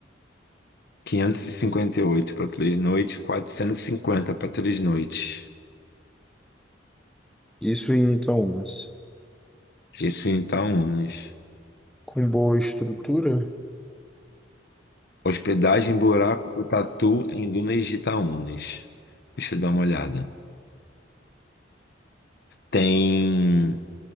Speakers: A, on the left (about 60°); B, in the centre.
A: quinhentos e e cinquenta e oito para três noites, 450 para três noites.
B: Isso em Itaúnas.
A: Isso em Itaúnas.
B: Com boa estrutura,
A: Hospedagem Buraco do Tatu em Dunas de Itaúnas. Deixa eu dar uma olhada. Tem